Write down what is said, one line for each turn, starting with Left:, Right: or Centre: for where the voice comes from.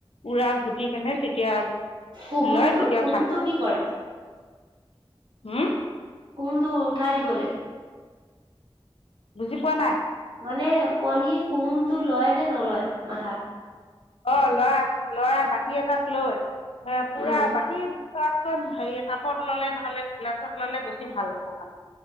Left: উৰা ঘুটি কেনে তেতিয়া
Right: কুহুমটো
Left: লয় তেতিয়া
Right: কুহুমটো
Left: ভাল পায়
Right: কি কৰে
Left: হম
Right: কুহুমটো উঠাই দিব লাগে
Left: বুজি পোৱা নাই
Right: মানে কণী কুহুমটো লয় নে নলয় মাথাত
Left: অ লৰা লৰাই বাতি এটাত লৈ পুৰা
Right: উম
Left: বাতিত লোৱাতকৈ হেৰি কাপত ল'লে নহ'লে গিলাচত ললে বেছি ভাল হ'ব